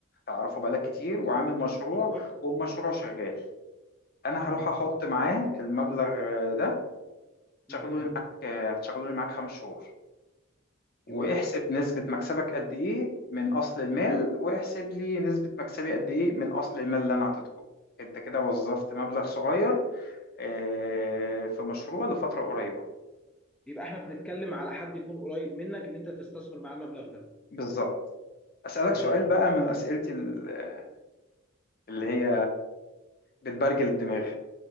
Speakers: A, on the left (about 45°); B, in the centre.
A: تعرفه بقالك كتير وعامل مشروع
B: ايوه
A: والمشروع شغال انا هروح
B: اه
A: احط معاه المبلغ ده هتشغله
B: مهم.
A: لي معاك آه، هتشغله لي معاك خمس شهور واحسب
B: ايوه
A: نسبة مكسبك قد ايه من اصل المال واحسب لي نسبة مكسبي قد ايه من اصل المال اللي انا هتدخله انت كده وظفت مبلغ صغير آه، في مشروع لفترة قريبة
B: يبقى احنا بنتكلم على حد يكون قريب منك ان انت تستثمر معاه المبلغ ده
A: بالظبط أسألك
B: تمام
A: سؤال بقى من أسئلتي ال- اللي هي بتبرجل الدماغ